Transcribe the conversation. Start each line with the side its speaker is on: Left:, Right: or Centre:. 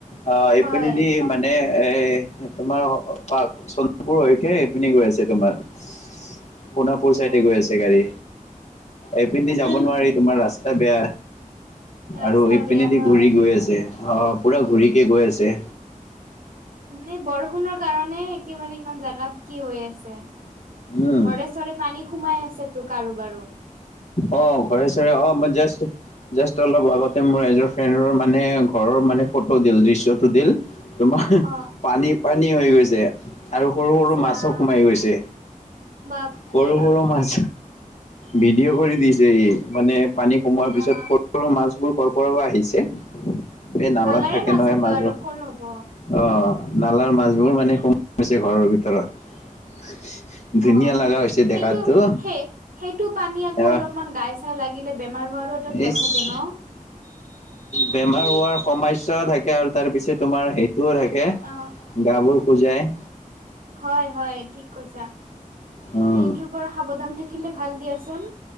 Left: অ এইপিনে
Right: হয়
Left: দি মান মানে এ তোমাৰ পাক চলবোৰ হৈছে এইপিনে গৈছে তোমাৰ <inaudible> সোণাপুৰ
Right: অ
Left: চাইডে গৈ আছে গাড়ী এইপিনদি যাব
Right: উম
Left: নোৱাৰি তোমাৰ ৰাস্তা বেয়া
Right: ৰাস্তা
Left: আৰু ইপিনেদি
Right: বেয়া হয়
Left: ঘূৰি গৈ আছে আহ পুৰা ঘূৰি কে গৈ আছে
Right: এই বৰষুণৰ কাৰণে একেবাৰে ইমান জেগাত কি হৈ আছে
Left: উম
Right: ঘৰে চৰে পানী সোমাই আছে তো কাৰো বাৰো
Left: অ ঘৰে চৰে অ মই জাষ্ট জাষ্ট অলপ আগতে মোৰ এজন ফ্ৰেণ্ডৰ মানে ঘৰৰ মানে ফটো দিল দৃশ্যটো দিল তোমাৰ
Right: অ
Left: পানী পানী হৈ গৈছে আৰু সৰু সৰু
Right: ইচ
Left: মাছো
Right: ৰাম
Left: সোমাই গৈছে
Right: বাপৰে
Left: সৰু সৰু মাছ ভিডিঅ' কৰি দিছে সি মানে পানী সোমোৱাৰ পিছত
Right: অ
Left: ক'ত মাছবোৰ কৰ পৰা আহিছে এই নালাত
Right: নালাৰে
Left: থাকে নহয়
Right: হ'ব
Left: মাছ
Right: আৰু
Left: বোৰ
Right: ক'ৰ হ'ব
Left: অ নালাৰ মাছবোৰ মানে সোমাই গৈছে ঘৰৰ ভিতৰত
Right: অ
Left: ধুনীয়া লাগা হৈছে
Right: সেইটো
Left: দেখাতো
Right: সেই সেইটো পানী আকৌ
Left: আহ
Right: অলপমান গাই চাই লাগিলে বেমাৰ হোৱাৰো এটা ভয়
Left: ইচ
Right: থাকে ন
Left: বেমাৰ হোৱাৰ সমাস্যাও থাকে আৰু তাৰ পিছে তোমাৰ সেইটোও থাকে
Right: অ
Left: গাবোৰ খুজাই
Right: হয় হয় ঠিক কৈছা
Left: উম
Right: মানে এইটোৰ পৰা সাৱধান থাক কিন্তু ভাল দিয়াচোন